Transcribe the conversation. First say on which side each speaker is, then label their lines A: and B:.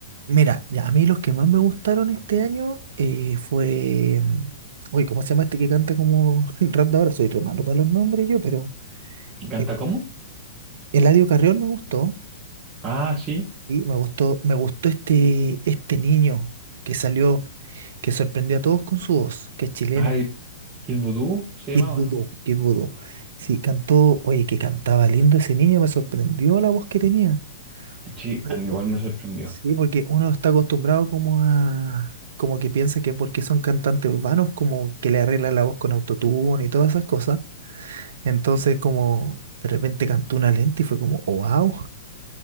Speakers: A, on the right (about 65°); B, on the right (about 20°).
A: Mira, ya, a mí los que más me gustaron este año eh, fue... mm, Uy, ¿cómo se llama este que canta como <laughs> el rap de ahora? Soy re malo para los nombres yo, pero...
B: ¿Canta
A: eh,
B: cómo?
A: Eladio Carrión me gustó.
B: Ah, sí.
A: Y me gustó, me gustó este, este niño que salió, que sorprendió a todos con su voz, que es chileno.
B: Ay, Kid Voodoo se
A: Kid
B: llamaba,
A: Voodoo,
B: ¿no?
A: Kid Voodoo. Sí, cantó, oye, que cantaba lindo ese niño, me sorprendió la voz que tenía.
B: Sí,
A: Porque
B: a mí
A: u-
B: igual me sorprendió.
A: Sí, porque uno está acostumbrado como a, como que piensa que porque son cantantes urbanos, como que le arreglan la voz con autotune y todas esas cosas. Entonces, como de repente cantó una lenta y fue como, oh wow.